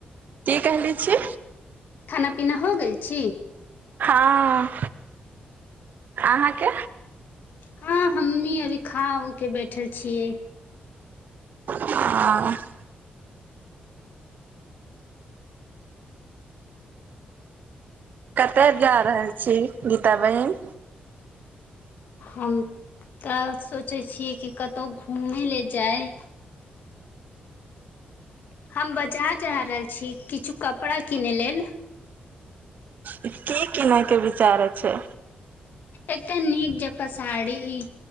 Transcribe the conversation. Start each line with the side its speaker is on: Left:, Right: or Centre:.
Right: की कहली छी
Left: खाना पीना हो गेल छीय
Right: हँ अहाँके
Left: हाँ हमनी अभी खा हो के बैठल छियै
Right: आओर <unintelligible> कत‌अ जा रहल छी गीता बहिन
Left: हम तऽ सोचै छियै कि कतहु घूमय लए जाय हम बाजार जा रहल छी किछु कपड़ा किनै लेल
Right: की किनय के विचार छै
Left: एकटा नीक जकाँ साड़ी ई